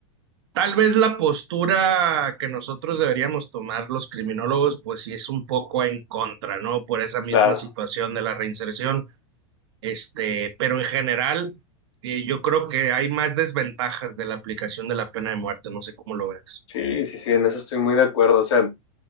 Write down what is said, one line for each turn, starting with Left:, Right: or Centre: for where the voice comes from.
Right: tal vez la postura que nosotros deberíamos tomar los criminólogos, pues sí es un poco en contra, ¿no? Por esa misma
Left: claro.
Right: situación de la reinserción, este, pero en general... eh, Yo creo que hay más desventajas de la aplicación de la pena de muerte, no sé cómo lo ves.
Left: Sí, sí, sí, en eso estoy muy de acuerdo. O sea,